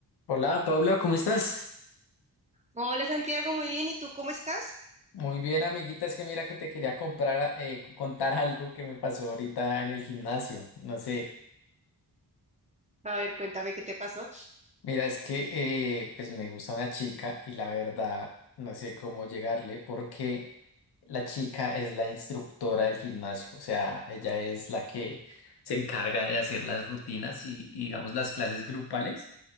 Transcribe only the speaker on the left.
Hola Paula, ¿cómo estás?
Muy bien, amiguita, es que mira que te quería comprar, eh, contar algo que me pasó ahorita en el gimnasio. No sé,
mira, es que eh, pues me gusta una chica y la verdad no sé cómo llegarle porque la chica es la instructora del gimnasio, o sea, ella es la que se encarga de hacer las rutinas y, y, digamos las clases grupales.